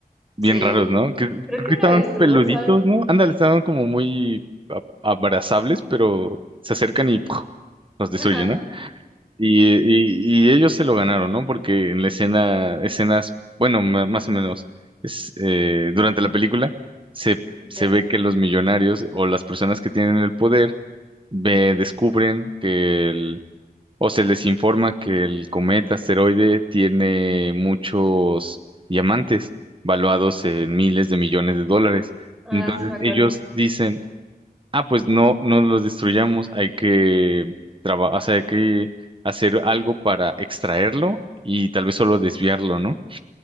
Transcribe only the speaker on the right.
bien
raros, ¿no? Que, creo
que
estaban
peluditos,
¿no? Ándale, estaban como muy a- abrazables, pero se acercan y ¡puf! los destruyen,
¿no? Y, y, y ellos se lo ganaron, ¿no? Porque en la escena, escenas, bueno, ma- más o menos, es, eh, durante la película se,
se ve que los millonarios o las personas que tienen el poder ve- descubren que el o se les informa que el cometa asteroide tiene muchos diamantes valuados en miles de millones de dólares.
Entonces
ellos dicen, ah, pues no, no los destruyamos, hay que trabajar, hay que hacer algo para extraerlo y tal vez solo desviarlo, ¿no?